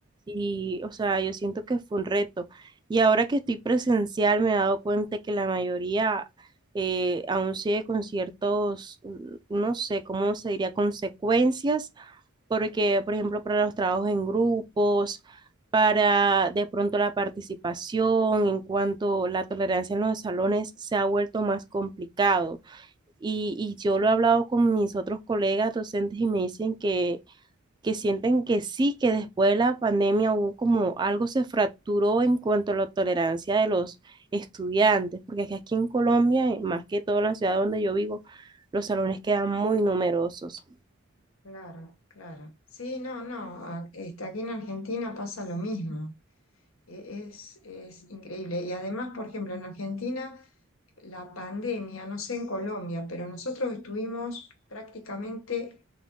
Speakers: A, on the right; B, on the left.
A: Y, o sea, yo siento que fue un reto. Y ahora que estoy presencial, me he dado cuenta que la mayoría eh, aún sigue con ciertos, mm, no sé cómo se diría, consecuencias porque, por ejemplo, para los trabajos en grupos, para de pronto la participación, en cuanto la tolerancia en los salones, se ha vuelto más complicado. Y, y yo lo he hablado con mis otros colegas docentes y me dicen que, que sienten que sí, que después de la pandemia hubo como algo se fracturó en cuanto a la tolerancia de los estudiantes, porque aquí en Colombia, más que todo en la ciudad donde yo vivo, los salones quedan muy numerosos.
B: Claro, claro. Sí, no, no, a- este, aquí en Argentina pasa lo mismo. E- Es, es increíble. Y además, por ejemplo, en Argentina, la pandemia, no sé en Colombia, pero nosotros estuvimos prácticamente